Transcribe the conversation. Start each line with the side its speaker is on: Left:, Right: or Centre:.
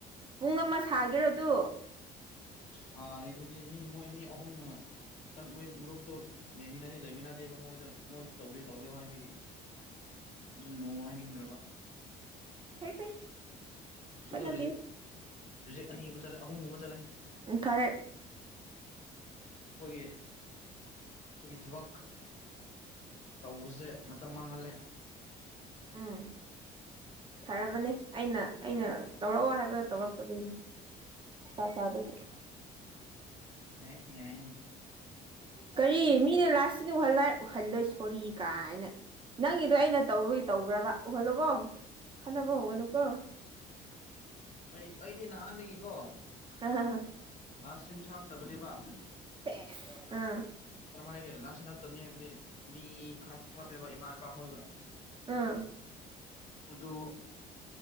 Right: ꯄꯨꯡ ꯑꯃ ꯁꯥꯒꯦꯔꯣ ꯑꯗꯨ
Left: ꯁꯥꯔꯤꯗꯨꯗꯤ ꯃꯤ ꯃꯣꯏ ꯃꯤ ꯑꯍꯨꯝꯅ ꯇꯛ ꯃꯣꯏ ꯃꯔꯨꯞꯇꯨ ꯂꯩꯃꯤꯟꯅꯗꯤ ꯂꯩꯃꯤꯟꯅꯗꯦꯕ ꯃꯣꯏꯗꯣ ꯃꯣꯏꯁꯨ ꯇꯧꯕꯤꯌꯨ ꯇꯧꯕꯤꯌꯨ ꯍꯥꯏꯕꯒꯤ ꯑꯩꯁꯨ ꯅꯣ ꯍꯥꯏꯅꯤꯡꯗ꯭ꯔꯕ
Right: ꯐꯩ ꯐꯩ ꯍꯣꯠꯅꯕꯤꯌꯨ
Left: ꯑꯗꯣ ꯔꯤꯖꯦꯛ ꯔꯤꯖꯦꯛ ꯑꯅꯤ ꯑꯃ ꯆꯠꯂꯦ ꯑꯍꯨꯝ ꯑꯃ ꯆꯠꯂꯦ
Right: ꯎꯝ ꯐꯔꯦ
Left: ꯑꯩꯈꯣꯏꯒꯤ ꯑꯩꯈꯣꯏꯒꯤ ꯊꯕꯛ ꯇꯧꯕꯁꯦ ꯃꯇꯝ ꯃꯥꯡꯍꯜꯂꯦ
Right: ꯎꯝ ꯐꯔꯕꯅꯦ ꯑꯩꯅ ꯑꯩꯅ ꯇꯧꯔꯛꯑꯣ ꯍꯥꯏꯕꯗ ꯇꯧꯔꯛꯇꯕꯒꯤꯅꯤ ꯍꯩꯄꯥ ꯁꯥꯕꯒꯤ
Left: ꯌꯥꯏꯅꯦ ꯌꯥꯏꯅꯦ
Right: ꯀꯔꯤ ꯃꯤꯅ <unintelligible> ꯎꯍꯜꯂ ꯎꯍꯜꯂꯣꯏ ꯁꯣꯔꯤ ꯀꯥꯏꯅ ꯅꯪꯒꯤꯗꯣ ꯑꯩꯅ ꯇꯧꯕꯒꯤ ꯇꯧꯕ꯭ꯔꯕ ꯎꯍꯜꯂꯣꯀꯣ ꯈꯟꯅꯕ ꯍꯧꯒꯅꯨꯀꯣ
Left: ꯑꯩ ꯑꯩꯗꯤ ꯅꯍꯥꯟꯗꯒꯤꯀꯣ
Right: <unintelligible>
Left: ꯂꯥꯁ ꯁꯤꯟ ꯍꯥꯞꯇꯕꯅꯦꯕ
Right: ꯕꯦꯁꯇ ꯑꯥ
Left: ꯀꯔꯝ ꯍꯥꯏꯒꯦ ꯂꯥꯁꯇ ꯍꯥꯞꯇꯕꯅꯤ ꯍꯥꯏꯕꯗꯤ ꯃꯤ ꯈꯔ ꯈꯛ ꯊꯝꯃꯦꯕ ꯏꯃꯥ ꯏꯄꯥ ꯍꯣꯏꯒ
Right: ꯑꯥ
Left: ꯑꯗꯣ